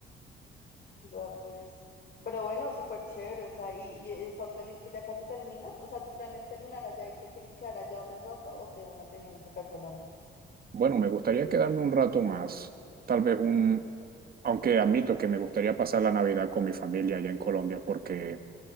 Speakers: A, on the left (about 55°); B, on the right (about 50°).
A: Va, pues. Pero bueno, súper chévere. O sea, ¿y, y estás feliz que ya casi terminas? O sea, ¿tu plan es terminar allá y te quieres quedar allá otro rato o de una te vienes acá a Colombia?
B: bueno, me gustaría quedarme un rato más, tal vez un, aunque admito que me gustaría pasar la Navidad con mi familia allá en Colombia, porque